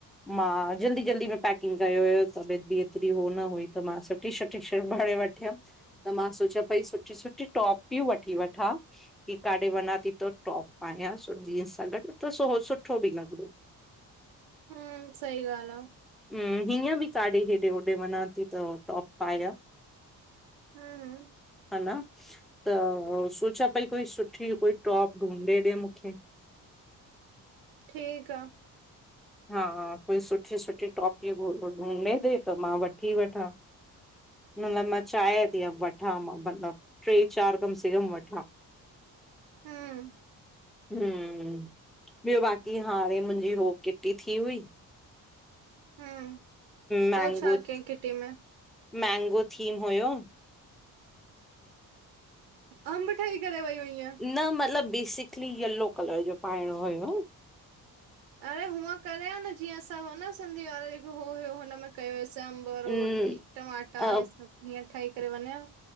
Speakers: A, in the centre; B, on the right.
A: मां जल्दी जल्दी में पैकिंग करे वई त, पेती ऐतरी हो न हुई त मां चयुमि टी-शर्ट, टी-शर्ट <unintelligible> वठियमि। त मां सोचां पई सुठी सुठी टॉप थी वठी वठां, की काॾे वञा थी त टॉप पायांसि, जींस सां गॾु त सो सुठो बि लॻदो।
B: हम्म, सही ॻाल्ह आ।
A: हम्म, हीअं बि काॾे हेॾे होॾे वञा थी त टॉप पायां।
B: हम्म
A: हा न, त सोचां पई कोई सुठी, कोई टॉप ढूंढे ॾे मूंखे
B: ठीकु आ।
A: हा कोई सुठी-सुठी टॉप ॿियूं भ ढूंडे ॾे, त मां वठी वठां-' माना मां चाहियां थी वठां, मां मतिलबु टे चारि बि कम से कम वठां <inaudible>
B: हम्म
A: हम्म, ॿियो बाक़ी हाणे मुंहिंजी हो किटी थी हुई।
B: हम्म
A: मैंगोस
B: पो छा कयईं किटी में?
A: मैंगो थीम हुयो।
B: अंब ठही करे वई हुईंअं?
A: न मतलबु बेसिकली येलो कलर जो पाइणो हुयो।
B: अड़े हूअं करेयां न जीअं असां हो न सिंधी वारो जेको हो हुयो हुनमें कयो हुयोसें अम परवल,
A: न
B: टमाटा
A: अ
B: हे सभु हीअं ठही करे वञिंआं।